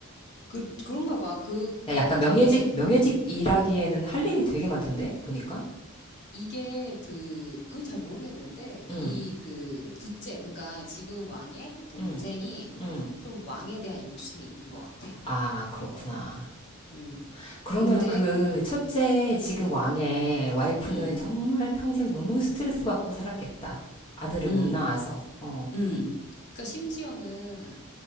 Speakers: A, on the left; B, on the left.
A: 그, 그런가 봐. 그, 그니까
B: 야, 약간
A: 이게
B: 명예직 명예직 일하기에는 할 일이 되게 많던데 보니까.
A: 이게 그 그건 잘 모르겠는데 이
B: 응,
A: 그 둘째 그러니까 지금 왕의 동생이
B: 응, 응.
A: 좀 왕에 대한 욕심이 있는 것 같아.
B: 아, 그렇구나.
A: 응.
B: 그러면
A: 근데
B: 그
A: 응,
B: 첫째 지금 왕의 와이프는
A: 응,
B: 정말 평생 너무 스트레스 받고 살았겠다. 아들을
A: 응,
B: 못 낳아서. 어.
A: 응. 그러니까 심지어는